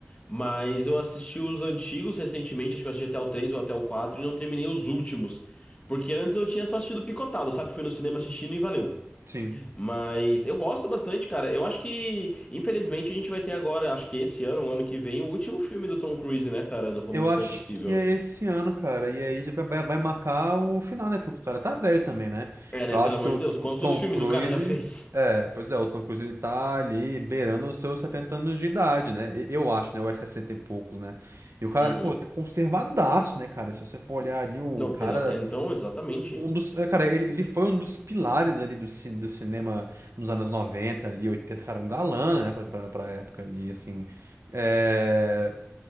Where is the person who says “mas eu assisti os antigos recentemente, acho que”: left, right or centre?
Left